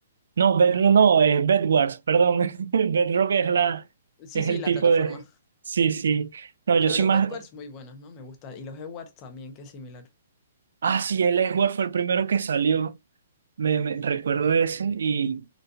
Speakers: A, on the right; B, on the left.
A: No, bed, no, no, es Bedwars, perdón. <laughs> Bedrock es la,
B: Sí,
A: es
B: sí,
A: el
B: la
A: tipo
B: plataforma.
A: de. Sí, sí. No,
B: Pero
A: yo soy
B: los
A: más.
B: Bedwars muy buenos, ¿no? Me gusta. Y los Edwards también, que es similar.
A: Ah, sí, el Edward fue el primero que salió. Me, me- recuerdo ese y